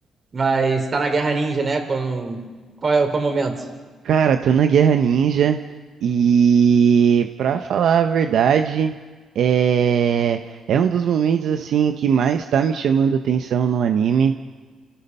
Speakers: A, on the right; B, on the right.
A: Mas tá na Guerra Ninja, né? Com... Qual é, qual é o momento?
B: Cara, tô na Guerra Ninja e, pra falar a verdade, é, é um dos momentos, assim, que mais tá me chamando atenção no anime.